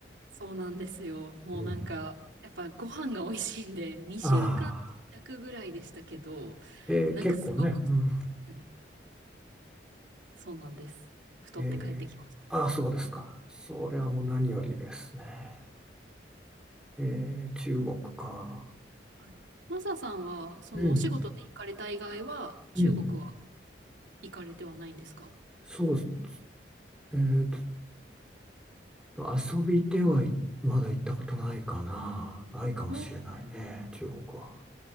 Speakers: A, on the right (about 85°); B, in the centre.
A: そうなんですよ。もうなんか、
B: うん。
A: やっぱご飯が美味しいんで、<laughs> 2週間弱ぐらいでしたけど、
B: ああ、えー結構ね。
A: なんかすごく、
B: うん。
A: はいそうなんです。太って帰ってきました。
B: えーああ、そうですか。それはもう何よりですね。えー中国か。
A: はい。マサさんは、そのお仕事で行かれた以外は、
B: うん。
A: 中国は
B: うん。
A: 行かれてはないんですか
B: そうです。えーと、遊びではい、まだ行ったことないかな。ないかもしれないね、
A: お、
B: 中国は。